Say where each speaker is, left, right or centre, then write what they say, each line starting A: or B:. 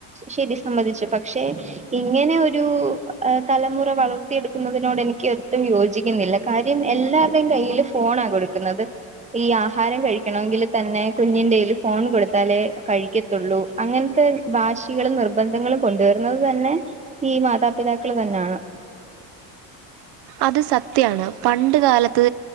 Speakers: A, on the right; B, on the right.
A: ശരി സംബന്ധിച്ചു പക്ഷെ ഇങ്ങനെ ഒരു തലമുറ വളർ ത്തി എടുക്കുന്നതിനോട് എനിക്ക് ഒട്ടും യോജിക്കുന്നില്ല കാര്യം എല്ലാരുടെേയും കയ്യില് ഫോണാ കൊടുക്കുന്നത് ഈ ആഹാരം കഴിക്കണമെങ്കിൽ തന്നെ കുഞ്ഞിൻ്റെൽ ഫോൺ കൊടുത്താലേ കഴിക്കതൊള്ളൂ. അങ്ങനത്തെ വാശികളും നിർബന്ധങ്ങളും കൊണ്ടുവരുന്നത് തന്നെ ഈ മാതാപിതാക്കൾ തന്നെയാണ്.
B: അത് സത്യമാണ് പണ്ട് കാലത്ത്